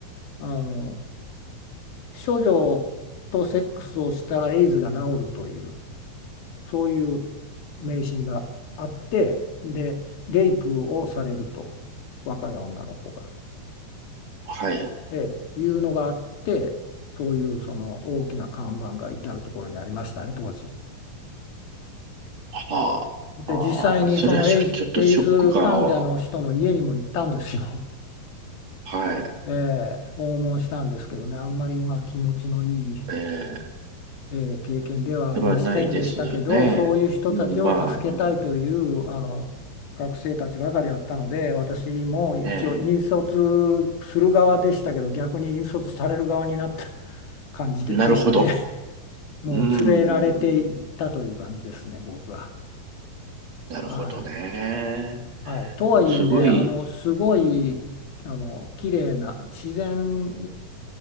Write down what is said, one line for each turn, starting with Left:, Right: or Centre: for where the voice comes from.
Left: あの処女とセックスをしたらエイズが治るというそういう迷信があってでレイプをされると若い女の子が、
Right: はい。
Left: ええ、いうのがあってそういうその大きな看板が至るところにありましたね当時。
Right: はあ。
Left: で実際にそのエイズ、
Right: ああ、それはしょ、ちょっとショックが、
Left: エイズ患者の人の家にも行ったんですよ。
Right: はい。
Left: <laughs> ええ訪問したんですけどね、あんまりまあ気持ちのいい、
Right: ええ、
Left: ええ経験ではありませんでしたけど、
Right: ではないですね。
Left: そういう人たちを助けたいというあの学生たちばかりだったので、
Right: うん、まあ、うん、
Left: 私も一応引率
Right: え
Left: する側でしたけど、逆に引率される側になった <laughs> 感じで、
Right: え、なるほど。
Left: でしたね。もう連れられていったという感じですね、
Right: うーん、
Left: 僕は。
Right: なるほどね。
Left: はい。はい、とはいえね、
Right: でもすごい、
Left: あのすごいあの綺麗な自然
Right: うん、